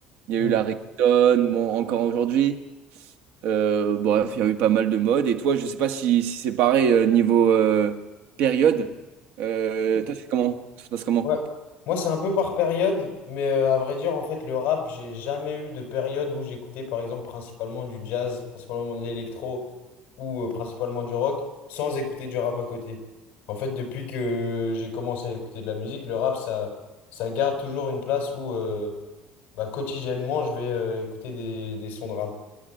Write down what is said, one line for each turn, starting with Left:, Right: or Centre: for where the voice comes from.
Right: Il y
Left: Mm.
Right: a eu la reggaeton, bon, encore aujourd'hui. Euh, bref, il y a eu pas mal de modes. Et toi, je sais pas si, si c'est pareil euh, niveau euh, période. Euh, toi, c'est comment? Ça se passe comment?
Left: Ouais. Moi, c'est un peu par période, mais euh, à vrai dire, en fait, le rap, j'ai jamais eu de période où j'écoutais, par exemple, principalement du jazz, principalement de l'électro ou euh, principalement du rock, sans écouter du rap à côté. En fait, depuis que j'ai commencé à écouter de la musique, le rap, ça, ça garde toujours une place où, euh, bah, quotidiennement, je vais euh, écouter des, des sons de rap.